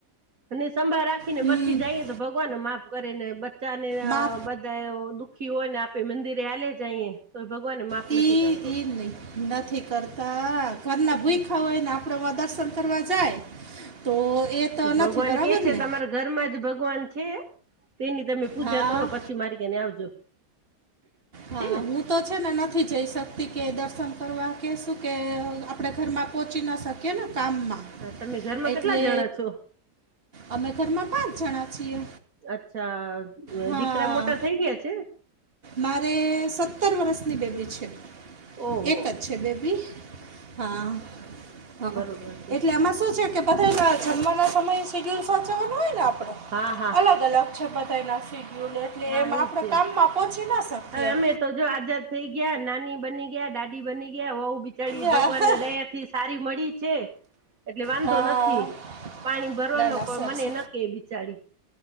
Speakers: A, on the right (about 55°); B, on the right (about 35°).
A: અને સંભાળ રાખીને,
B: હમ
A: પછી જઈએ તો, ભગવાન માફ કરે ને, બચ્ચા ને
B: બા
A: બધા એ દુખ આખી હોય ને, આપે મંદિરે આલે જઈએ તો, ભગવાનને માફ
B: ઈ
A: નથી કરતો.
B: ઈ નહીં નથી કરતા, ઘરના
A: એટલે
B: ભૂઈ હોય ને આપડે. આપણે વા દર્શન કરવા જાય તો એ.
A: તો
B: નથી
A: ભગવાન
B: બરાબર
A: કે છે
B: ને
A: તમારે? ઘરમાં જ ભગવાન છે, તેની તમે પૂજા
B: હા
A: કરો પછી મારી ત્યાં આવજો.
B: હા,
A: છે ને
B: હું. તો છે ને, નથી જઈ શકતી કે, દર્શન કરવા કે શું કે આપણે ઘરમાં પહોંચી ન શકી. કેના કામમાં.
A: હા તમે ઘરમાં
B: એટલે
A: કેટલા જણા છો
B: અમે ઘરમાં પાંચ જણા છીએ.
A: અચ્છા,
B: હા
A: દીકરા મોટા થઈ ગયા છે.
B: મારે સત્તર વર્ષની બેબી છે.
A: ઓહો
B: એક જ છે બેબી? હા, હ
A: બરોબર છે
B: એટલે આમાં શું છે? કે બધાયના જમવાના સમય એ શેડ્યુઅલ સાચવવાના હોય ને, આપણે
A: હા હા
B: અલગ-અલગ છે બધાના. શેડ્યુઅલ એટલે,
A: હા
B: એમ આપણે
A: એ છે
B: કામમાં પહોંચી ના શકીએ.
A: હવે અમે તો જો આઝાદ થઈ ગયા, નાની બની ગયા, દાદી બની ગયા, વહુ બિચારી
B: યા.
A: ભગવાનની દયા થી સારી મળી છે. એટલે વાંધો
B: હા
A: નથી, પાણી ભરવાનો
B: ના ના સરસ
A: પણ મને કે બિચારી